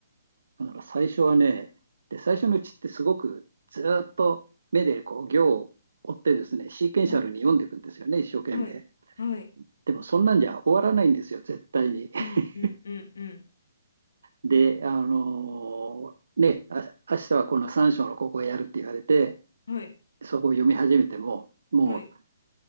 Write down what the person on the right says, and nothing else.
だから最初はね、で、最初のうちってすごくずーっと目でこう行を追ってですね、シーケンシャルに読んでいくんですよね、
一生懸命。
でもそんなんじゃ終わらないんですよ、絶対に。<laughs>
で、あのーね、あ、明日はこの3章のここをやるって言われて、
そこを読み始めても、もう